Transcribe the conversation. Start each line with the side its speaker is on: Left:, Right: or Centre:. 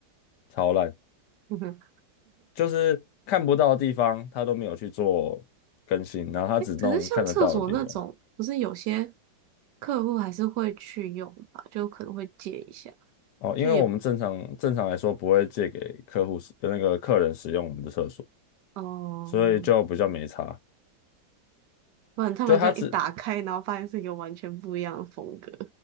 Left: 超烂，
Right: 嗯哼，
Left: 就是看不到的地方他都没有去做更新，然后他只弄看得到的地方。
Right: 诶可是像厕所那种，不是有些客户还是会去用吧？就可能会借一下，
Left: 哦，
Right: 就也
Left: 因为我们正常正常来说不会借给客户使那个客人使用我们的厕所，
Right: 哦、
Left: 所以就比较没差。
Right: 不然他们这样一打开，
Left: 就他只，
Right: 然后发现是一个完全不一样的风格，